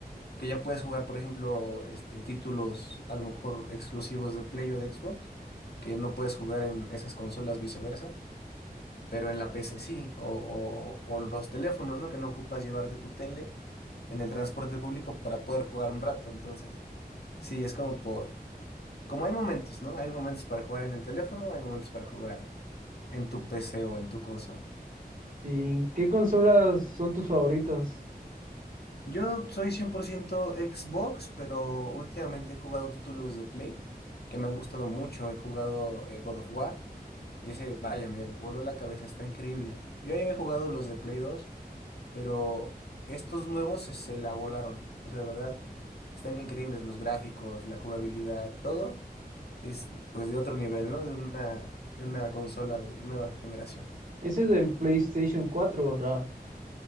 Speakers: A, on the left; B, on the right.
A: que ya puedes jugar, por ejemplo, este, títulos a lo mejor exclusivos de Play o de Xbox, que no puedes jugar en esas consolas viceversa, pero en la PC sí, o, o, o los teléfonos, ¿no? Que no ocupas llevarte tu tele en el transporte público para poder jugar un rato. Entonces, sí, es como por, como hay momentos, ¿no? Hay momentos para jugar en el teléfono, hay momentos para jugar en tu PC o en tu consola.
B: ¿Y qué consolas son tus favoritas?
A: Yo soy 100% Xbox, pero últimamente he jugado títulos de Play que me han gustado mucho. He jugado eh, God of War y ese, vaya, me voló la cabeza, está increíble. Yo ahí había jugado los de Play dos. pero estos nuevos se, se la volaron. O sea, de verdad, están increíbles los gráficos, la jugabilidad, todo es pues de otro nivel, ¿no? De una, de una consola de nueva generación.
B: Ese es del PlayStation cuatro ¿verdad?